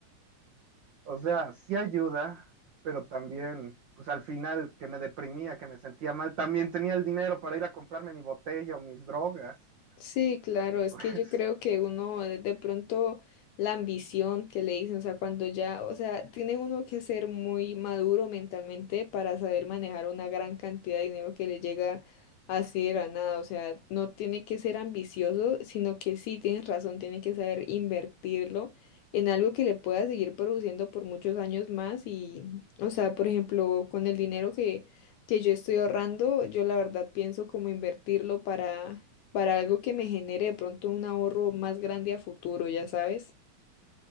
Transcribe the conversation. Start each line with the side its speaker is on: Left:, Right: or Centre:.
Right: O sea, sí ayuda, pero también, pues al final que me deprimía, que me sentía mal, también tenía el dinero para ir a comprarme mi botella o mis drogas.
Left: Sí, claro,
Right: <laughs>
Left: es
Right: Pues
Left: que yo creo que uno de de pronto la ambición que le dicen, o sea, cuando ya, o sea, tiene uno que ser muy maduro mentalmente para saber manejar una gran cantidad de dinero que le llega así de la nada, o sea, no tiene que ser ambicioso, sino que sí, tienes razón, tiene que saber invertirlo en algo que le pueda seguir produciendo por muchos años más y, o sea, por ejemplo, con el dinero que que yo estoy ahorrando, yo la verdad pienso como invertirlo para para algo que me genere de pronto un ahorro más grande a futuro, ya sabes.